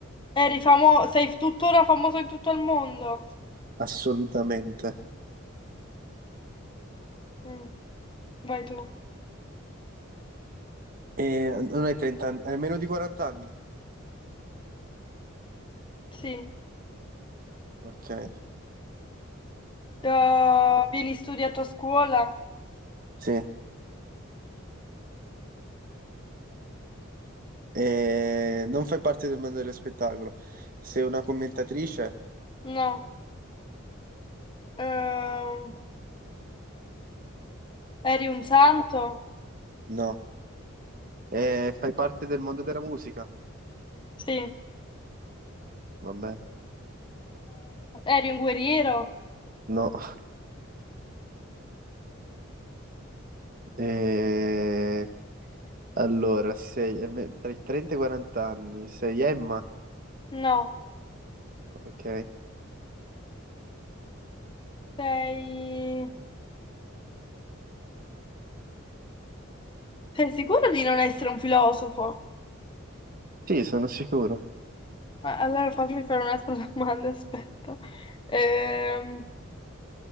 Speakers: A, on the left; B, on the right.
A: eri famoso. Sei tuttora famoso in tutto il mondo.
B: Assolutamente.
A: Mm, vai tu.
B: E non hai 30 anni, hai meno di 40 anni?
A: Sì.
B: Ok.
A: Eh, vieni studiato a scuola?
B: Sì. E non fai parte del mondo dello spettacolo. Sei una commentatrice?
A: No. Ehm, eri un santo?
B: No. E fai parte del mondo della musica?
A: Sì. Eh,
B: Va bene.
A: eri un guerriero?
B: No. <laughs> Eh, Allora, sei... eh, me- tra i 30 e i 40 anni, sei Emma?
A: No.
B: Ok.
A: Sei... Sei sicuro di non essere un filosofo?
B: Sì, sono sicuro.
A: Ma Allora fammi fare un'altra <laughs> domanda, aspetta. Ehm,